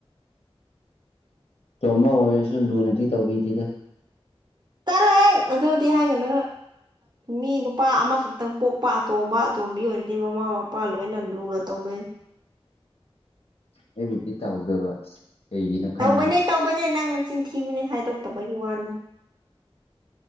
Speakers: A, on the left; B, on the right.
A: ꯅꯇꯣꯝꯕ ꯑꯣꯏꯔꯁꯨ ꯂꯨꯅꯗꯤ ꯇꯧꯕꯤꯗꯦꯗ
B: ꯇꯂꯑꯦ ꯑꯗꯨꯗꯤ ꯍꯥꯏꯒꯅꯨ ꯃꯤ ꯅꯨꯄꯥ ꯑꯃꯈꯛ ꯑꯃꯇꯪ ꯄꯣꯛꯄ ꯑꯇꯣꯝꯕ ꯑꯇꯣꯝꯕꯤ ꯑꯣꯏꯔꯗꯤ ꯃꯃꯥ ꯃꯄꯥ ꯂꯣꯏꯅ ꯂꯨꯅ ꯇꯧꯅꯩ
A: ꯑꯩꯕꯨꯗꯤ ꯇꯥꯎꯗꯕ ꯀꯩꯒꯤꯅꯣ ꯈꯪꯗꯦ
B: ꯇꯧꯕꯅꯦ ꯇꯧꯕꯅꯦ ꯅꯪꯅ ꯆꯤꯟꯊꯤꯃꯤꯅꯦ ꯍꯥꯏꯗꯣꯛꯇꯕꯒꯤ ꯋꯥꯅꯦ